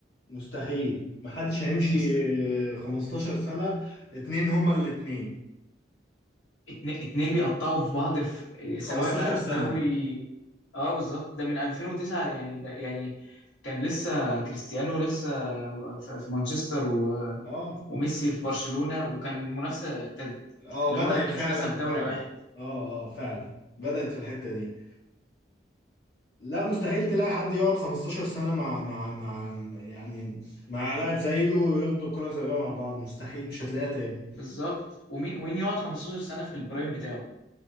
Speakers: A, on the left; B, on the left.
A: مستحيل محدش هيمشي
B: مست...
A: آه، 15 سنة اتنين هما الاتنين
B: اتن... اتنين بيقطعوا في بعض في
A: 15
B: سواء بقى
A: سنة
B: في دوري اه بالظبط ده من 2009 يعني ده يعني كان لسه كريستيانو لسه في في مانشستر و...
A: اه
B: وميسي
A: اه
B: في برشلونة وكان المنافسة ابتدت
A: اه
B: اللي
A: بدأت
B: هو كانش
A: فعلا
B: لسه في دوري
A: فعلا
B: واحد
A: اه اه فعلا بدأت في الحتة دي لا مستحيل تلاقي حد يقعد 15 سنة مع مع مع مع- يعني مع لاعب زيه وياخدوا الكرة الذهبية مع بعض مستحيل مش هتلاقيها تاني
B: بالظبط ومين وين يقعد 15 سنة في البرايم بتاعه